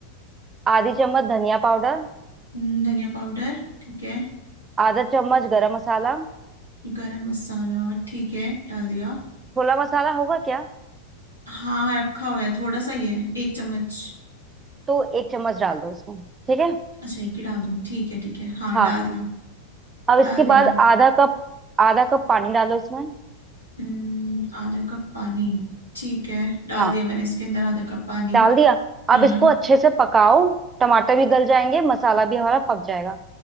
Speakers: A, on the right; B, on the left.
A: आधी चम्मच धनिया पाउडर
B: हम्म, धनिया पाउडर ठीक है
A: आधा चम्मच गरम मसाला
B: गरम मसाला ठीक है डाल दिया
A: छोला मसाला होगा क्या
B: हाँ रखा हुआ है थोड़ा सा ही है एक चम्मच
A: तो एक चम्मच डाल दो इसमें ठीक है
B: अच्छा एक ही डाल दूं ठीक है ठीक है हाँ
A: हाँ
B: डाल दिया
A: अब इसके
B: डाल दिया
A: बाद आधा कप आधा कप पानी डालो इसमें
B: हम्म, आधा कप पानी ठीक है डाल
A: हाँ
B: दिया मैंने इसके अंदर आधा कप पानी
A: डाल दिया
B: हम्म
A: अब इसको अच्छे से पकाओ टमाटर भी गल जाएंगे मसाला भी हमारा पक जाएगा